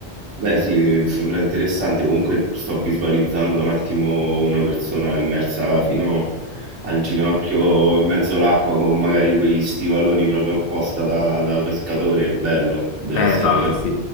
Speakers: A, on the right; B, on the left.
A: Beh, sì, sembra interessante. Comunque sto visualizzando un attimo una persona immersa fino al ginocchio in mezzo all'acqua con magari quegli stivaloni proprio apposta da, da pescatore. È bello, deve
B: Eh,
A: essere
B: esatto,
A: una
B: sì,